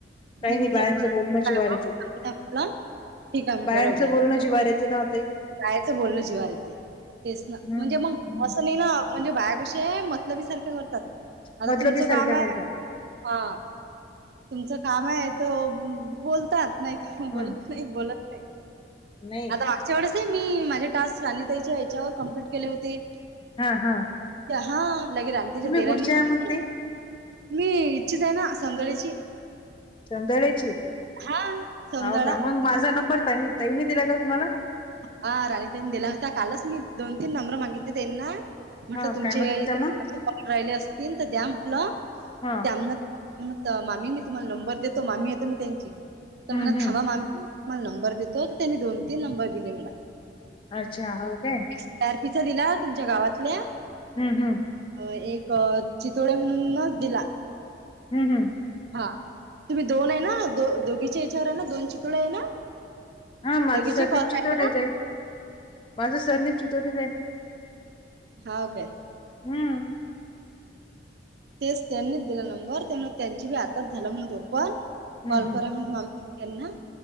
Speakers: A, on the left; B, on the right.
A: काही
B: मी
A: नाही
B: म्हटलं
A: बायांचं
B: <inaudible>
A: बोलणं जिवावर येते
B: म्हटलं. ठीक आहे म्हटलं
A: बायांचं
B: राहुदे
A: बोलणं जिवावर येते ना ओ ताई.
B: बायचं बोलणं जिवार येते तेच ना.
A: हम्म
B: म्हणजे मग
A: हम्म.
B: असं नाही ना म्हणजे बाया कशी आहे मतलबी सारख्या करतात आता
A: मतलबी
B: तुमचं
A: सारख्या
B: काम आहे
A: करतात.
B: हा तुमचं काम आहे तो बोलतात. नाही तर मग बोलत
A: हम्म
B: नाही बोलत नाही
A: नाही.
B: आता मागच्या वेळेस मी माझे टास्क राणीताईच्या याच्यावर कम्प्लिट केले होते.
A: हा हा.
B: हा लगे राणिताईंच्या
A: तुम्ही
B: दिरांनी
A: कुठच्या
B: हाय
A: आहे मग
B: कनई
A: ताई?
B: मी इथचीच आहे ना सौंदळ्याची.
A: चंदळेची
B: हा सौंदळा
A: हो का? मग माझा नंबर ताई ताईने दिला का तुम्हाला?
B: हा राणीताईने दिला होता. कालच मी दोन तीन नंबर मागितले त्यांना. म्हटलं
A: हा
B: तुमचे
A: काय म्हणत होत्या
B: इथेे कोणाचे
A: मग?
B: कॉल राहिले असतील, तर द्या म्हंटल.
A: हा
B: त्यांना म्हणत मामी मी तुम्हाला नंबर देतो. मामी आहे मी त्यांची, तर
A: हम्म
B: म्हणत
A: हम्म.
B: थांबा मामी मला नंबर देतो तर, त्यांनी दोन तीन नंबर दिले मला.
A: अच्छा, हो काय?
B: त्या अर्पीचा दिला तुमच्या गावातल्या.
A: हम्म हम्म.
B: अ एक चितोडे म्हणूनच दिला.
A: हम् हम्.
B: हा. तुम्ही दोन आहे ना, दो-दोघीच्या याच्यावर आहे ना, दोन चितुळे आहे ना?
A: हा माझं
B: दोघीचे
A: सरनेम
B: कॉल
A: चितोडेच
B: राहिले ना
A: आहे, माझं सरनेम चितोडेच आहे ना.
B: होव काय?
A: हम्म.
B: तेच त्यांनीच दिला नंबर. त्यामुळे त्यांची बी आताच झालात म्हण ओपन.
A: हम्म
B: कॉल
A: हम्म
B: करा म्हणून <unintelligible> त्यांना.